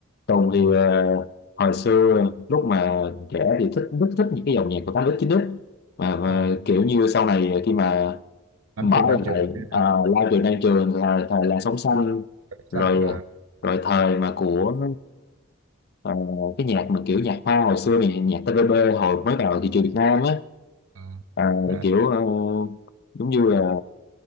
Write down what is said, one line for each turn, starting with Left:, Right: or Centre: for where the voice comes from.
Left: Tùng
Right: ừ.
Left: thì ờ, hồi xưa lúc mà trẻ thì thích rất thích những cái dòng nhạc của 8x 9x mà, mà
Right: à,
Left: kiểu như sau này khi mà
Right: năm
Left: bỏ
Right: trường đang
Left: lại
Right: trường này kia,
Left: à, lao trường đang trường là thời làn sóng xanh
Right: trời
Left: rồi
Right: xanh à,
Left: rồi thời mà của ờ, cái nhạc mà kiểu nhạc hoa hồi xưa này nhạc TVB hồi mới vào thị trường Việt Nam á
Right: à,
Left: ờ,
Right: à,
Left: kiểu ờ, giống như là